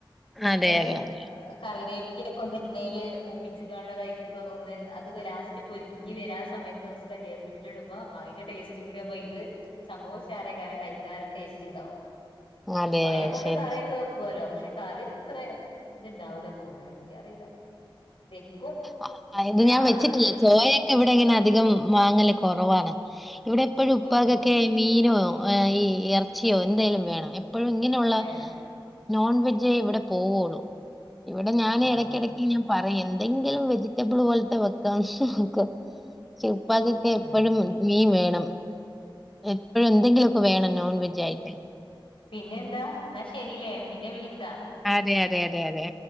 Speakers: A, on the left; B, in the centre.
A: പിന്നെ
B: അതെ അതെ അതെ
A: കറിവേപ്പിയൊക്കെണ്ടോയി എണ്ണൽ മൂപ്പിച്ചകാണ്ടയിക്കൊക്കെന്ന് അത് ലാസ്റ്റ് പൊരിങ്ങിവരാൻ സമയത്ത് കുറച്ച്. കരിയേപ്പിന്റെലാ ഇടുമ്പോ അതിന്റെ ടേസ്റ്റും കൂടിയമ്പോ ഇത് സംഭവഷാറാക്കാരം കഴിക്കാൻ ടേസ്റ്റ്ണ്ടാവും
B: അതെ
A: സോയ കൊണ്ട്
B: ശരി
A: കറിയൊക്കെ
B: ശരി
A: വെ പ്പോലോ പക്ഷെ കറിന്ന്ഇത്രേ ഇത്ണ്ടാവൂല തോന്നണെ എനിക്കറിയില്ല വെക്കും
B: ആ, ഇത്
A: ഇവിടെ
B: ഞാൻ
A: ആദ്യക്കെ
B: വെച്ചിട്ടില്ല
A: വെച്ച
B: സോയൊക്കെ ഇവിടെ ഇങ്ങനെ അധികം വാങ്ങല് കുറവാണ് ഇവിടെ എപ്പോഴും ഉപ്പാകൊക്കെ
A: ഓ
B: മീനോ ഈ ഇറച്ചിയോ എന്തായാലും വേണം എപ്പോഴും ഇങ്ങനെയുള്ള
A: വേണം
B: നോൺവെജേ ഇവിടെ പോവുള്ളൂ ഇവിടെ ഞാൻ
A: ഓ
B: ഇടക്കിടക്ക്ഞ
A: അത് ശരി
B: പറയുന്തെങ്കിലും വെജിറ്റബിൾ പോലത്തെ വെക്കാൻ നോക്ക ച പ്പാക്കൊക്കെപ്പോഴും
A: ഉം
B: മീൻ വേണം എപ്പോഴും എന്തെങ്കിലുക്കെ വേണം നോൺവെജ ആയിട്ട്,
A: പിന്നെന്താ എന്നാ ശരില്ലേപിന്നെ വിളിക്കാ
B: അതെ അതെ അതെ അതെ